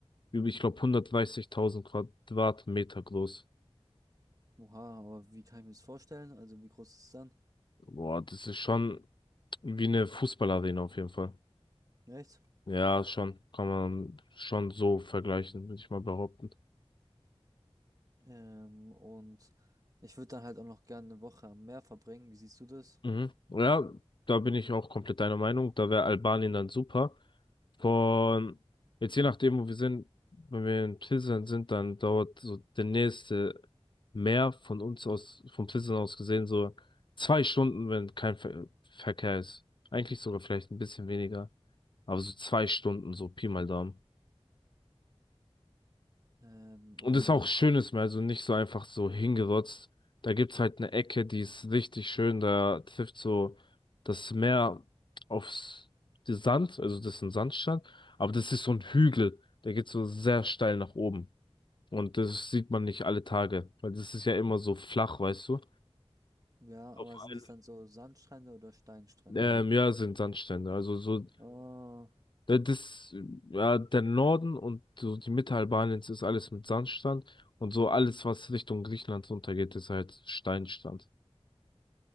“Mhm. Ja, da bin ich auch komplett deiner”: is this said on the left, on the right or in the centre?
Left